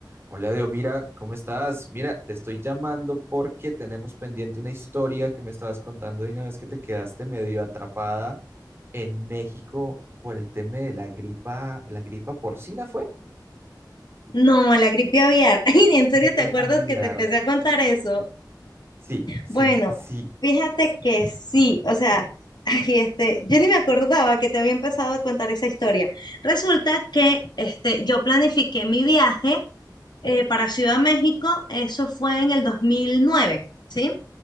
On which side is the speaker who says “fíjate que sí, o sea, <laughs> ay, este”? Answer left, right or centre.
Left